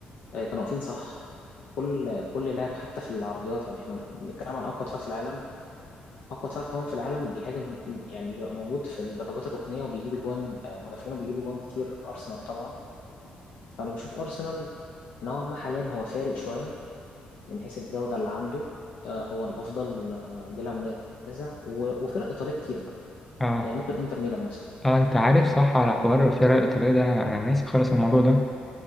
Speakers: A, on the left; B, in the centre.
A: آه، كانوا واقفين صح كل كل لاعب حتى في العرضيات يعني احنا بنتكلم عن اقوى دفاع في العالم اقوى دفاع كمان في العالم بيهاجم يعني بيبقى موجود في الضربات الركنيه وبيجيب جوان آه، مدافعين وبيجيبوا جوان كتير ارسنال طبعا فأنا بشوف أرسنال نوعا ما حاليا هو فارق شوية من حيث الجودة اللي عنده آه، هو الأفضل آه، بلا منازع و- وفرق إيطالية كتير بقى
B: آه
A: يعني ممكن إنتر ميلان مثلا
B: آه أنت عارف صح على حوار الفرق الإيطالية ده أنا أنا ناسي خالص الموضوع ده